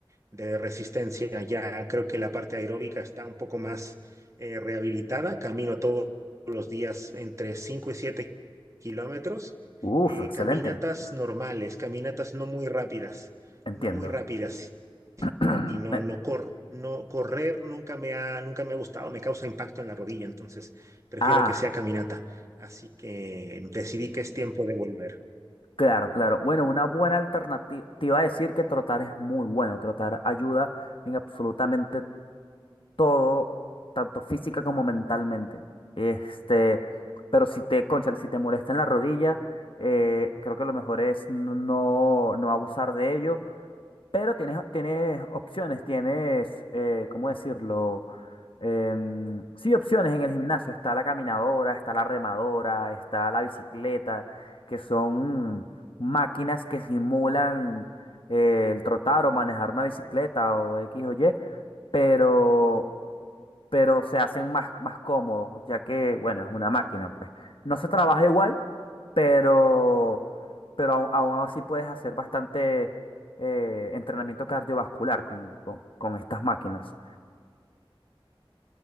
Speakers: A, on the right; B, on the left.
A: de resistencia. Ya creo que la parte aeróbica está un poco más eh, rehabilitada. Camino todos los días entre cinco y siete kilómetros
B: Uf,
A: eh,
B: excelente,
A: caminatas normales, caminatas no muy rápidas,
B: entiendo.
A: no muy rápidas.
B: <clears throat>
A: Y no,
B: Eh,
A: no corro. No, correr nunca me ha, nunca me ha gustado, me causa impacto en la rodilla, entonces prefiero
B: Ah,
A: que sea caminata. Así que decidí que es tiempo de volver.
B: claro, claro. Bueno, una buena alternativa. Te iba a decir que trotar es muy bueno. Trotar ayuda en absolutamente todo, tanto física como mentalmente. Este, pero si te, cónchale, si te molesta en la rodilla, eh, creo que lo mejor es no, no, no abusar de ello. Pero tienes, tienes opciones, tienes, eh, ¿cómo decirlo? Em, sí, opciones en el gimnasio. Está la caminadora, está la remadora, está la bicicleta, que son máquinas que simulan eh, el trotar o manejar una bicicleta o X o Y. Pero pero se hacen más, más cómodos, ya que, bueno, es una máquina, pues. No se trabaja igual, pero, pero aún, aún así puedes hacer bastante eh, entrenamiento cardiovascular con, con- con estas máquinas.